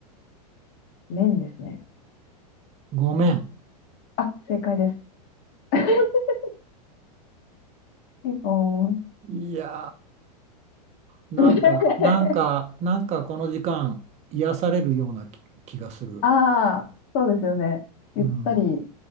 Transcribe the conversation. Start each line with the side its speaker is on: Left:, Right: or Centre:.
Left: 面ですね。
Right: ごめん。
Left: あ、正解です。<laughs> ピンポーン。
Right: いやー、なんか、
Left: <laughs>
Right: なんか、なんかこの時間、癒されるような気、気がする。
Left: ああ、そうですよね。ゆったりし
Right: うん。